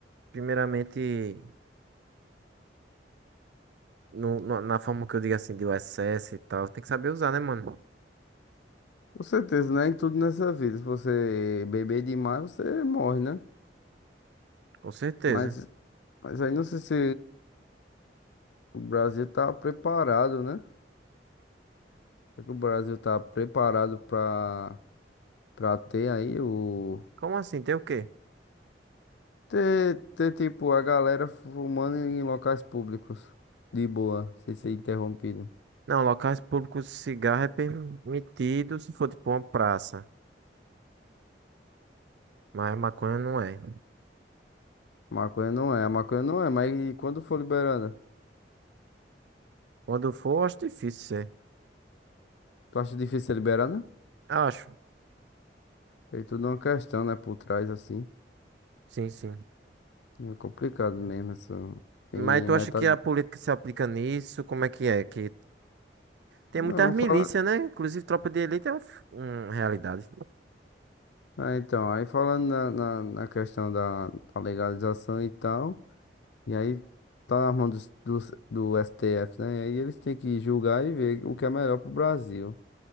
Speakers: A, on the right; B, on the left.
A: primeiramente No, no- na forma que eu digo assim, de USS e tal, tem que saber usar, né, mano?
B: Com certeza, né? Em tudo nessa vida. Se você beber demais, você morre, né?
A: Com certeza.
B: Mas, mas aí não sei se o Brasil tá preparado, né? Será que o Brasil tá preparado pra. Pra ter aí o.
A: Como assim? Tem o quê?
B: Ter, ter tipo a galera fumando em locais públicos. De boa, sem ser interrompido.
A: Não, locais públicos de cigarro é permitido se for tipo uma praça, mas maconha não é.
B: Maconha não é, a maconha não é, mas e quando for liberada?
A: Quando for, eu acho difícil ser.
B: Tu acha difícil ser liberada?
A: Acho,
B: Tem tudo uma questão, né, por trás assim.
A: sim, sim.
B: É complicado mesmo essa. Tem
A: Mas tu
B: metade.
A: acha que a política se aplica nisso? Como é que é? Que tem
B: Não,
A: muitas milícias,
B: fala.
A: né? Inclusive, tropa de elite é um, f- um realidade.
B: Ah, então, aí falando na, na, na questão da, da legalização e tal. E aí tá na mão dos, dos, do STF, né? E aí eles têm que julgar e ver o que é melhor pro Brasil.